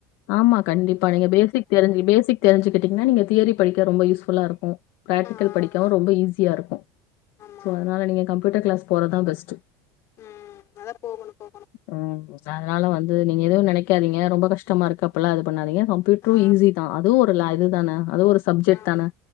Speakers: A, on the left; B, on the left.
A: ஆமா கண்டிப்பா நீங்க பேசிக் தெரிஞ்சி பேசிக் தெரிஞ்சுக்கிட்டீங்கன்னா நீங்க தியரி படிக்க ரொம்ப யூஸ்ஃபுல்லா இருக் பிராக்டிக்கல்
B: ஆ ஆ
A: படிக்க
B: ஆ
A: ரொம்ப ஈஸியா இருக்கு
B: ஆமா
A: சோ
B: ஆமா
A: அதனால நீங்க கம்ப்யூட்டர் கிளாஸ் போறதான் பெஸ்ட்
B: ம் அதான் போகணும் போகணும்
A: உம் அதனால வந்து நீ எதுவு நெனைக்காதீங்க ரொம்ப கஷ் டமா இருக்கு அப்பல்லா இது பண்ணாதீங்க கம்யூட்டரும்
B: ஆ
A: ஈஸி தான் அதுவும் ஒரு இது தான அது ஒரு சப்ஜெக்ட்
B: ஆமா
A: தானே